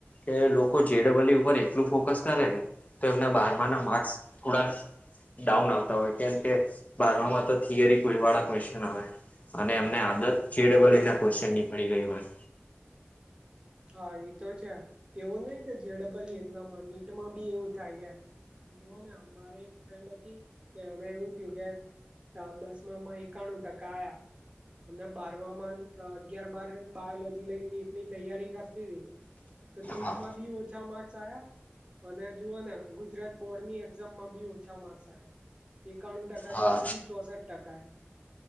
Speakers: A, on the left (about 35°); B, on the right (about 25°).
A: કે લોકો જેડબલુ ઉપર એકલું ફોકસ કરે ને. તો એમના બહારમાં ના માર્સ થોડા. ડાઉન આવતા હોય કેમ કે બારમામાં તો થિયરી કોઈ વાળા ક્વેશ્ચન આવે. અને એમને આદત ફડબલ ના ક્વન નીકળી ગઈ હોય.
B: હા એ તો છે એવું નઈ કે જેડબલ એકલામાં નીટમાં બી એવું થાય છે. જોુઓ ને મારી એક ફ્રેન્ડ હતી તે અમે એવું થયું કે. દસ માંમાં એકાણું ટકા આયા. અને બારમામાં અગિયાર બાર બાયોલોજી લઈન નીટની તૈયારી કરતી હતીી. તો નીટમાં
A: હા
B: બી ઓછા માર્ક્સ આવ્યા. અને જુઓ ને ગુજરાત બોર્ડની એક્ઝામમાં બી ઓછા માર્ક્સ આવ્યા. એકાણું ટકા
A: હા
B: થી સીધું ચોસઠ ટકા.